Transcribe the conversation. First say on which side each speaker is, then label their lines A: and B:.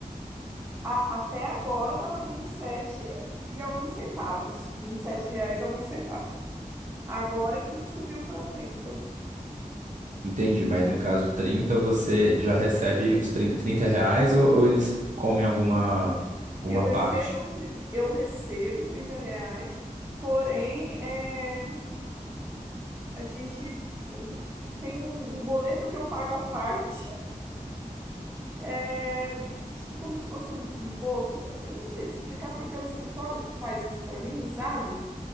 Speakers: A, on the right (about 20°); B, on the right (about 60°).
A: a- até agora estava vinte e sete e alguns centavos, 27 reais e alguns centavos. Agora que subiu para trinta
B: Entendi, mas no caso 30, você já recebe os 30 30 reais ou, ou eles comem alguma, alguma
A: Eu
B: parte?
A: recebo, tri- eu recebo 30 reais, porém, é, a gente hum, tem um, um boleto que eu pago à <laughs> parte é, de tipo como se fosse um imposto. Não- Eu não sei te explicar porque é o escritório que faz isso para mim, sabe?